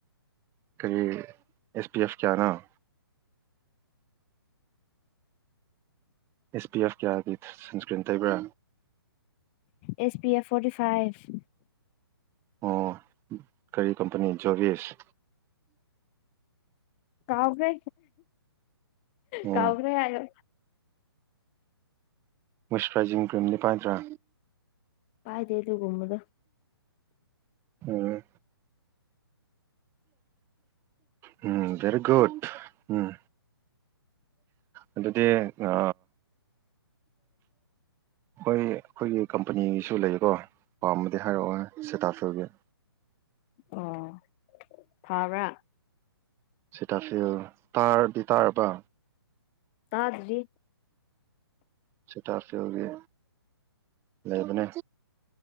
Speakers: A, on the right; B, on the left.
A: ꯀꯔꯤ ꯑꯦꯁ ꯄꯤ ꯑꯦꯐ ꯀꯌꯥꯅꫭ ꯑꯦꯁ ꯄꯤ ꯑꯦꯐ ꯀꯌꯥꯒꯤ ꯁꯟꯁꯀ꯭ꯔꯤꯟ ꯇꯩꯕ꯭ꯔꯥ
B: S P F forty five
A: ꯑꯣ ꯀꯔꯤ ꯀꯝꯄꯅꯤ ꯖꯣꯔꯤꯁ
B: ꯀꯥꯎꯒ꯭ꯔꯦ
A: ꯑꯣ
B: ꯀꯥꯎꯒ꯭ꯔꯦ ꯍꯥꯏꯔ
A: ꯃꯣꯏꯆꯔꯥꯏꯖꯤꯡ ꯀ꯭ꯔꯤꯝ ꯗꯤꯄꯥꯏꯗ꯭ꯔꯥ
B: ꯄꯥꯏꯗꯦ ꯑꯗꯨꯒꯨꯝꯕꯗꫭ
A: ꯎꯝ ꯎꯝ ꯚꯦꯔꯤꯒꯨꯠ ꯎꯝ ꯑꯗꯨꯗꯤ ꯑ ꯍꯣꯏ ꯑꯩꯈꯣꯏꯒꯤ ꯀꯝꯄꯅꯤꯒꯤꯁꯨ ꯂꯩꯀꯣ ꯄꯥꯝꯕꯃꯗꯤ ꯍꯥꯏꯔꯛꯑꯣ ꯁꯦꯇꯥꯁꯨꯔꯒꯤ
B: ꯑꯣ ꯐꯥꯕ꯭ꯔꯥ
A: ꯁꯤꯇꯁꯨꯔ ꯇꯥꯗꯤ ꯇꯥꯔꯕꯥ
B: ꯇꯥꯗ꯭ꯔꯤ
A: ꯁꯤꯇꯥꯁꯨꯔꯒꯤ ꯂꯩꯕꯅꯦ